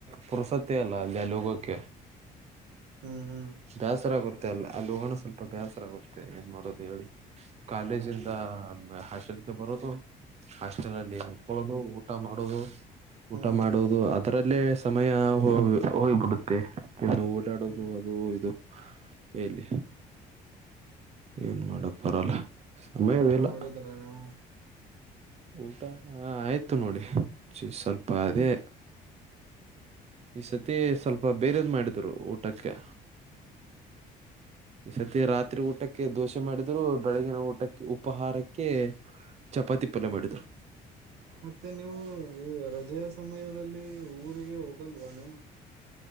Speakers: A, on the right; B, on the right.
A: ಪುರಸತ್ತ ಅಲ್ಲ ಅಲ್ಲಿ ಲೋಗೋಕ
B: ಹ್ಮ್ ಹ್ಮ್
A: ಬೇಸರಗುತ್ತ ಮ ಅ ಅಲ್ಲಿ ಹೋಗೋಣ ಸ್ವಲ್ಪ ಬೇಸರ ಆಗಷ್ಟೆ ಏನ್ ಮಾಡೋದು ಹೇಳಿ ಕಾಲೇಜಿಂದ ಹಲ್ ಬರುದು ಹಾಸ್ಟೆಲ್ ಅಲ್ಲಿ ಇಕೊಳ್ಳೋದು ಊಟ ಮಾಡೋುದು
B: ಹ್ಮ್
A: ಊಟ ಮಾಡುವುದು ಅದರಲ್ಲೇ ಸಮಯ ಹ ಹೋಗ್ಬಿಡುತ್ತೆ ಇನ್ನು ಓಡಾಡೋದು
B: ಹ್ಮ್
A: ಅದು ಇದು ಎಲ್ಲಿ
B: ಹ್ಮ್
A: ಏನ್ ಮಾಡಕ್ ಬರಲ್ಲ ಸಮಯವಿಲ್ಲ
B: ಊಟಾ ಮಾಡಡಿದರನು
A: ಊಟ ಆಯ್ತು ನೋಡಿ ಸ್ವಲ್ಪ ಅದೇ
B: ಏನ್
A: ಈ ಸತಿ ಸ್ವಲ್ಪ ಬೇರೆದ್ ಮಾಡಿದ್ರು ಊಟಕ್ಕೆ ಈ ಸತಿ ರಾತ್ರಿ ಊಟಕ್ಕೆ ದೋಸೆ ಮಾಡಿದ್ರು ಬೆಳಗಿನ ಊಟಕ್ಕೆ ಉಪಹಾರಕ್ಕೆ ಚಪಾತಿ ಪಲ್ಯ
B: ಹ್ಮ್
A: ಮಾಡಿದ್ರು
B: ಮತ್ತೆ ನೀವು ರಜೆಯ ಸಮಯದಲ್ಲಿ ಊರಿಗೆ ಹೋಗಲ್ವಾನ